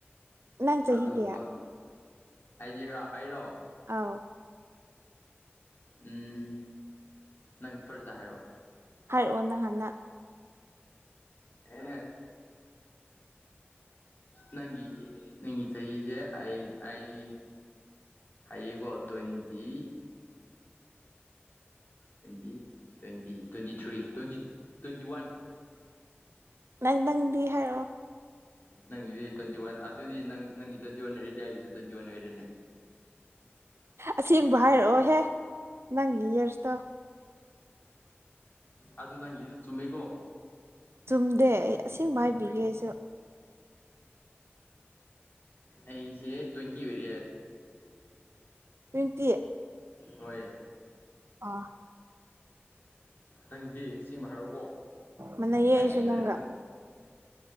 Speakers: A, on the right; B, on the left.
A: ꯅꯪ ꯆꯍꯤ
B: ꯑꯗꯨꯒꯨꯝꯕ
A: ꯀꯌꯥ
B: ꯍꯥꯏꯗꯤꯔꯥ ꯑꯩꯔꯣ
A: ꯑꯥꯎ
B: ꯎꯝ ꯅꯪ ꯐꯔꯗ ꯍꯥꯏꯔꯛꯑꯣ
A: ꯍꯥꯏꯔꯛꯑꯣ ꯅꯍꯥꯟꯅ
B: ꯑ ꯅꯪ ꯅꯪ ꯁꯁꯦ ꯑꯩ ꯑꯩ ꯑꯩꯒꯣ ꯇ ꯏꯇꯤ twenty twenty twenty three twenty twenty one
A: ꯅꯪ ꯅꯪꯗꯤ ꯍꯥꯏꯔꯛꯑꯣ
B: ꯅꯪꯗꯤ ꯇ꯭ꯋꯦꯟꯇꯤ ꯋꯥꯟ ꯑꯗꯨꯗꯤ ꯅꯪ ꯅꯪꯒꯤ ꯇ꯭ꯋꯦꯟꯇꯤ ꯋꯥꯟ ꯍꯥꯏꯔꯤꯗꯤ ꯑꯩꯒꯤꯁꯨ ꯇ꯭ꯋꯦꯟꯇꯤ ꯋꯥꯟ ꯑꯣꯏꯔꯤꯅꯦ
A: ꯑꯁꯦꯡꯕ ꯍꯥꯏꯔꯛꯑꯣꯍꯦ ꯅꯪꯒꯤ ꯌꯔꯁꯇꯣ
B: ꯑꯗꯨ ꯅꯪꯒꯤ ꯆꯨꯝꯃꯤꯀꯣ
A: ꯆꯨꯝꯗꯦ ꯑꯩ ꯑꯁꯦꯡꯕ ꯍꯥꯏꯕꯤꯒꯦ ꯑꯩꯁꯨ
B: ꯑꯩꯁꯦ ꯇ꯭ꯋꯦꯟꯇꯤ ꯑꯣꯏꯔ
A: ꯇ꯭ꯋꯦꯟꯇꯤ ꯑꯦꯠ
B: ꯃ
A: ꯑꯥ
B: ꯅꯪꯗꯤ ꯁꯤꯃ ꯍꯥꯏꯔꯣꯀꯣ
A: ꯃꯅ
B: ꯍꯩꯌꯦ
A: ꯌꯦꯏꯁꯨ ꯅꯪꯒ
B: ꯍꯥꯏꯔꯒ